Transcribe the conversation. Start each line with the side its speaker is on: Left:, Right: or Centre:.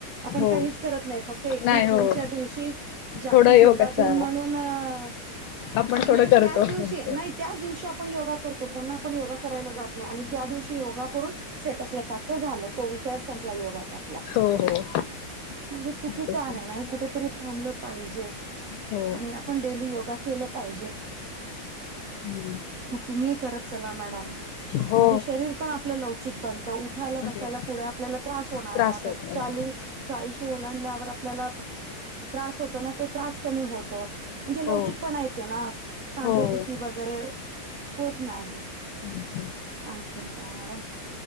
Right: आपण
Left: हो
Right: काहीच करत नाही फक्त एकवीस
Left: नाही हो
Right: जूनच्या दिवशी जागतिक
Left: थोडं योगाचा
Right: योगादिन म्हणून आहे
Left: आपण थोडं करतो
Right: त्याच दिवशी
Left: हो
Right: नाही. त्याच दिवशी आपण योगा करतो, पुन्हा आपण योगा करायला जात नाही आणि त्या दिवशी योगा करून स्टेटसला टाकतो झालं तो विषयच संपला योगाचा आपला
Left: हो हो
Right: म्हणजे चुकीच
Left: तस
Right: आहे कुठेतरी थांबलं पाहिजे
Left: हो
Right: आणि पण डेली योगा केलं पाहिजे.
Left: हम्म
Right: मग तुम्ही करत चला मॅडम
Left: हो
Right: म्हणजे शरीर पण आपलं लवचिक बनत उठ ला बसायला
Left: हो
Right: पुढे आपल्याला त्रास होणार
Left: त्रास
Right: आहे आता
Left: होत नाही
Right: चाली चाळीशी ओलांडल्यावर आपल्याला त्रास होतो ना तो त्रास कमी होतो. म्हणजे लवचिकपणा
Left: हो
Right: येते ना सांधे
Left: हो
Right: दुखी वगैरे होत नाही.
Left: अम्छ
Right: आणखीन काय मॅडम